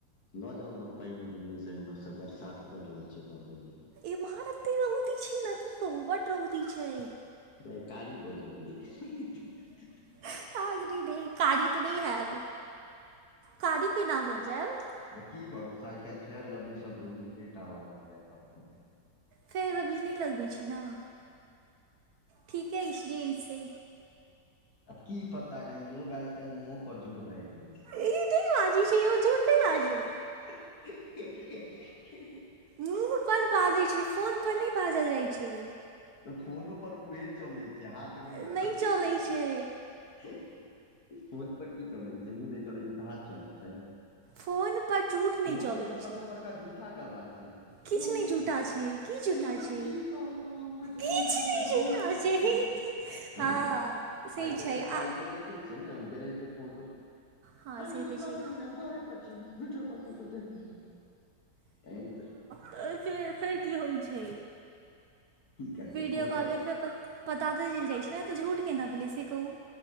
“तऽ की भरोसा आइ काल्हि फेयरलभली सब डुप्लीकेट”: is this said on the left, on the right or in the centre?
Left